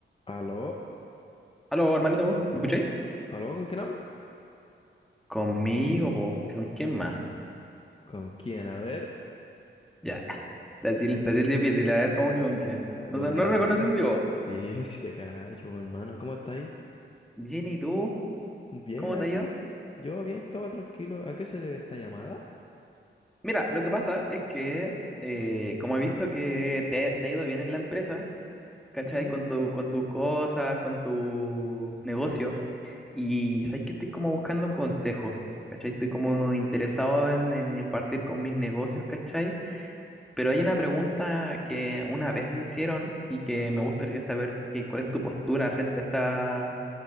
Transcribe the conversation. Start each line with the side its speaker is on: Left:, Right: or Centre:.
Left: ¿Aló?
Centre: Aló, hermanito, ¿me escucháis?
Left: ¿Aló? ¿Con quién hablo?
Centre: Conmigo, po. ¿Con quién más?
Left: ¿Con quién? A ver.
Centre: Ya. Decir, decir difícil, a ver, ¿cómo
Left: Ya,
Centre: que con quién? No,
Left: bueno.
Centre: no, no reconoces mi voz.
Left: Sí, <laughs> si te cacho, pues, hermano. ¿Cómo estáis?
Centre: Bien, ¿y tú?
Left: Bien
Centre: ¿Cómo
Left: aquí.
Centre: te ha ido?
Left: Yo bien, todo tranquilo. ¿A qué se debe esta llamada?
Centre: Mira, lo que pasa es que, eh, como he visto que te, te ha ido bien en la empresa, ¿cachai?
Left: Sí,
Centre: Con tu, con tus cosas, con tu negocio. Y sabes que estoy como buscando consejos, ¿cachai? Estoy como interesado en, en impartir con mis negocios, ¿cachai? Pero hay una pregunta que una vez me hicieron y que me gustaría saber que, cuál es tu postura frente a esta